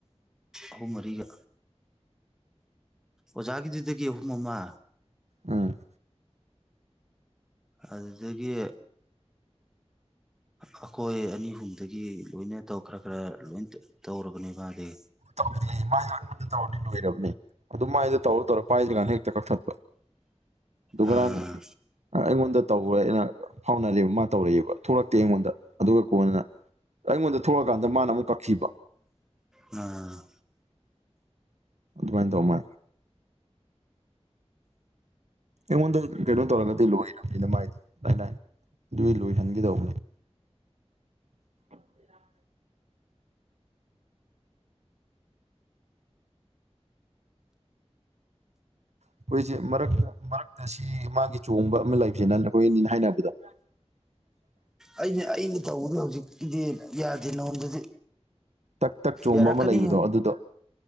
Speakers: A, in the centre; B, on the right.
A: ꯑꯍꯨꯝ ꯃꯔꯤꯒ ꯑꯣꯖꯥꯒꯤꯗꯨꯗꯒꯤ ꯑꯍꯨꯝ ꯑꯃ
B: ꯎꯝ
A: ꯑꯗꯨꯗꯒꯤ ꯑꯩꯈꯣꯏ ꯑꯅꯤ ꯑꯍꯨꯝꯗꯒꯤ ꯂꯣꯏꯅ ꯇꯧ ꯈꯔ ꯈꯔ ꯂꯣꯏ ꯇꯧꯔꯕꯅꯦ ꯃꯥꯗꯤ
B: ꯇꯧꯗ ꯃꯥꯉꯣꯟꯗ ꯇꯧꯔꯅꯤ ꯂꯣꯏꯔꯕꯅꯦ ꯑꯗꯨ ꯃꯥꯏꯗꯣ ꯇꯧꯔ ꯇꯧꯔ ꯄꯥꯏꯗꯔꯤꯒꯟꯗ ꯍꯦꯛꯇ ꯀꯛꯊꯠꯄ ꯗꯨ ꯉꯔꯥꯡ
A: ꯑꯥ
B: ꯑꯩꯉꯣꯟꯗ ꯇꯧꯋꯦ ꯑꯩꯅ ꯐꯥꯎꯅꯔꯦꯕ ꯃꯥ ꯇꯧꯔꯛꯑꯦꯕ ꯊꯣꯛꯂꯛꯇꯦ ꯑꯩꯉꯣꯟꯗ ꯑꯗꯨꯒ ꯀꯣꯟꯅ ꯑꯩꯉꯣꯟꯗ ꯊꯣꯛꯂꯀꯥꯟꯗ ꯃꯥꯅ ꯑꯃꯨꯛ ꯀꯛꯈꯤꯕ
A: ꯎꯝ
B: ꯑꯗꯨꯃꯥꯏꯅ ꯇꯧ ꯃꯥꯂꯦ ꯑꯩꯉꯣꯟꯗ ꯀꯩꯅꯣ ꯇꯧꯔꯒꯗꯤ ꯂꯣꯏꯔꯕꯅꯤꯅ ꯃꯥꯏꯗꯤ ꯂꯥꯏ ꯂꯥꯏꯅ ꯑꯗꯨꯒꯤ ꯂꯣꯏꯍꯟꯒꯗꯧꯕꯅꯦ <inaudible> ꯑꯩꯈꯣꯏꯖꯦ ꯃꯔꯛꯇ ꯃꯔꯛꯇ ꯁꯤ ꯃꯥꯒꯤ ꯆꯣꯡꯕ ꯑꯃ ꯂꯩꯕꯁꯤꯅ ꯑꯩꯈꯣꯏ ꯑꯅꯤ ꯍꯥꯏꯅꯕꯗ <inaudible>
A: ꯑꯩꯅ ꯑꯩꯅ ꯇꯧꯕꯗꯤ ꯍꯧꯖꯤꯛꯀꯤꯗꯤ ꯌꯥꯗꯦ ꯅꯉꯣꯟꯗꯗꯤ
B: ꯇꯛ ꯇꯛ ꯆꯣꯡꯕ
A: ꯌꯥꯔꯛꯀꯅꯤ
B: ꯑꯃ ꯂꯩꯕꯗꯣ ꯑꯗꯨꯗꯣ